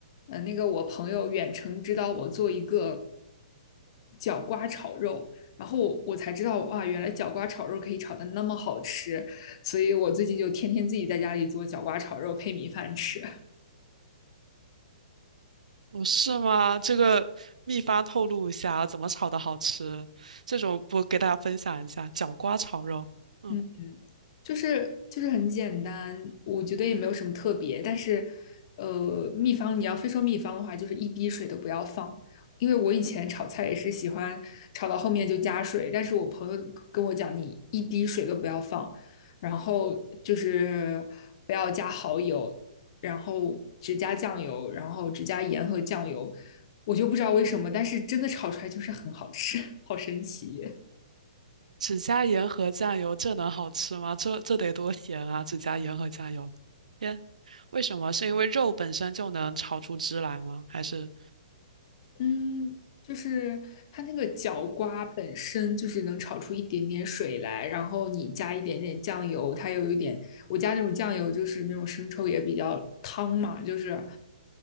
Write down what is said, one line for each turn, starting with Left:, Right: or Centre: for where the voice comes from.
Left: 呃，那个我朋友远程指导我做一个角瓜炒肉，然后我才知道，哇，原来角瓜炒肉可以炒的那么好吃。所以我最近就天天自己在家里做角瓜炒肉配米饭吃。
Right: 哦，是吗？这个秘方透露一下啊，怎么炒的好吃？这种不给大家分享一下，角瓜炒肉。嗯，
Left: 嗯，就是就是很简单，我觉得也没有什么特别。但是，呃，秘方你要非说秘方的话，就是一滴水都不要放。因为我以前炒菜也是喜欢炒到后面就加水，但是我朋友跟我讲，你一滴水都不要放，然后就是不要加蚝油，然后只加酱油，然后只加盐和酱油。我就不知道为什么，但是真的炒出来就是很好吃，好神奇。
Right: 只加盐和酱油，这能好吃吗？这这得多咸啊！只加盐和酱油，天，为什么？是因为肉本身就能炒出汁来吗？还是？
Left: 嗯，就是它那个角瓜本身就是能炒出一点点水来，然后你加一点点酱油，它有一点，我加那种酱油就是那种生抽也比较汤嘛，就是